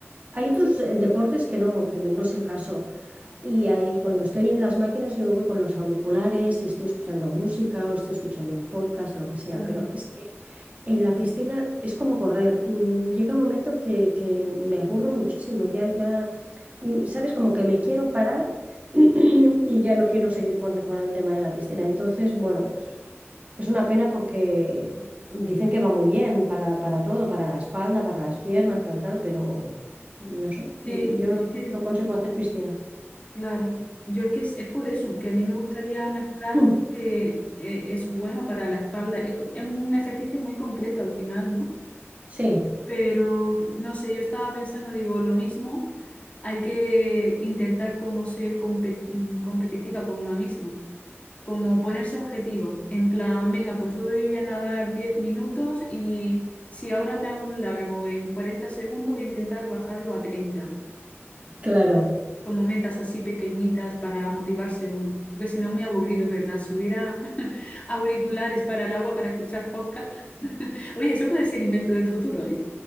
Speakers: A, on the right (about 30°); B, on the left (about 30°).
A: hay otros eh, deportes que no, que no es el caso. Y ahí, cuando estoy en las máquinas, yo voy con los auriculares y estoy escuchando música o estoy escuchando un podcast o lo que sea,
B: Claro.
A: pero es que en la piscina es como correr. mm, Llega un momento que, que me aburro muchísimo, ya, ya, mm, sabes, como que me quiero parar <clears throat> y ya no quiero seguir con, con el tema de la piscina. Entonces, bueno, es una pena porque dicen que va muy bien para, para todo, para la espalda, para las piernas, para tal, pero no sé, mm,
B: Sí,
A: yo
B: yo
A: no
B: es que
A: no consigo hacer piscina.
B: Claro, yo es que es, es por eso, que a mí me gustaría mejorar
A: <clears throat>
B: porque eh, es bueno para la espalda, es, co- es un ejercicio muy completo al final, ¿no?
A: Sí,
B: Pero no sé, yo estaba pensando, digo, lo mismo, hay que intentar como ser compe- mm, competitiva con una misma, como ponerse objetivos, en plan, venga, pues hoy voy a nadar 10 minutos y si ahora me hago un largo en 40 segundos, voy a intentar bajarlo a 30
A: claro.
B: como metas así pequeñitas para motivarse uno, porque si no es muy aburrido, es verdad. Si hubiera <laughs> auriculares para el agua para escuchar podcast, <laughs> oye, eso puede ser invento del futuro, ¿eh?